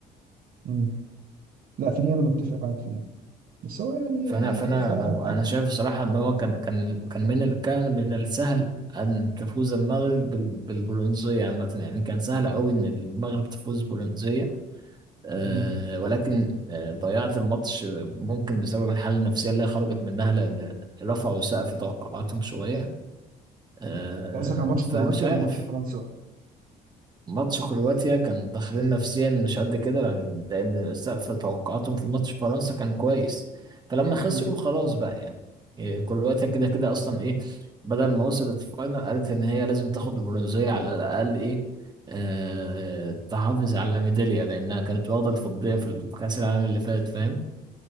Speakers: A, on the right; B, on the right.
A: مم. لا في دي انا متفق معاك فيها بس هو يعني
B: فأنا
A: آه،
B: فأنا
A: فعلى
B: أنا أنا
A: على- على-
B: شايف الصراحة إن هو كان كان كان من ال- كان من السهل أن تفوز المغرب بال- بالبرونزية عامة يعني كان سهل أوي إن المغرب تفوز برونزية أه
A: مم.
B: ولكن آه، ضيعت الماتش ممكن بسبب الحالة النفسية اللي هي خرجت منها لأن رفعوا سقف توقعاتهم شوية آه،
A: قصدك على ماتش
B: فمش
A: كرواتيا
B: عارف
A: ولا ماتش فرنسا؟
B: ماتش كرواتيا كان داخلين نفسيا مش قد كده لأن لأن سقف توقعاتهم في ماتش فرنسا كان كويس فلما خسروا
A: مم.
B: خلاص بقى يعني إيه، كرواتيا كده كده أصلا إيه بدل ما وصلت الفاينل قالت إن هي لازم تاخد البرونزية على الأقل إيه آه تحافظ على ميدالية لأنها كانت واخدة الفضية في كأس العالم اللي فات فاهم